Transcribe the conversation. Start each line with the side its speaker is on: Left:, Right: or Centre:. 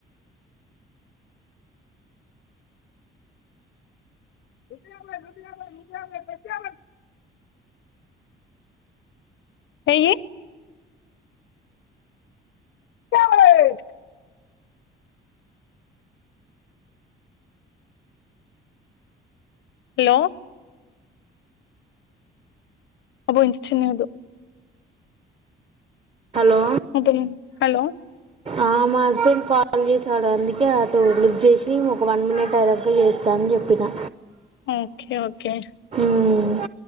Left: నూటయాభై నూటయాభై నూటయాభై డ్రస్సు యాభై ఏయ్యి సేయ్ హలో ఆ బెంచి చిన్నది
Right: హలో
Left: వద్దులేండి హలో
Right: ఆ మా హస్బెండ్ కాల్ కాల్ చేసాడు అందుకే అటు లిఫ్ట్ జేసి ఒక వన్ మినిట్ అయినక చేస్తా అని చెప్పినా
Left: ఓకే ఓకే
Right: మ్మ్.